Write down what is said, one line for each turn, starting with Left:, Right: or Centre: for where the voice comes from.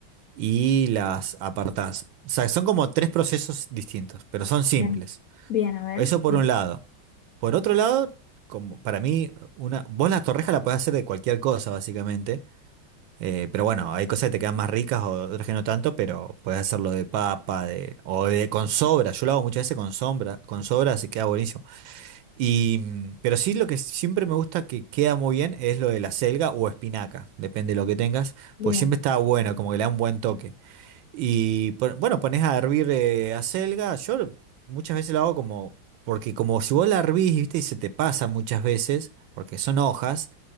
Right: y las apartás. O sea, son como tres procesos distintos, pero son simples.
Left: Bien, bien, a ver.
Right: Eso por
Left: Sí.
Right: un lado. Por otro lado, como para mí, una, vos las torrejas la podés hacer de cualquier cosa, básicamente. Eh, pero bueno, hay cosas que te quedan más ricas o otras que no tanto, pero podés hacerlo de papa, de, o de con sobra. Yo lo hago muchas veces con sombra, con sobra, así queda buenísimo. Y, mm, pero sí lo que siempre me gusta que queda muy bien es lo de la selga o espinaca, depende de lo que tengas,
Left: Bien,
Right: pues siempre está bueno, como que le da un buen toque. Y pon- bueno, pones a hervir eh, acelga. Yo muchas veces lo hago como, porque como si vos la hervís, viste, y se te pasa muchas veces, porque son hojas,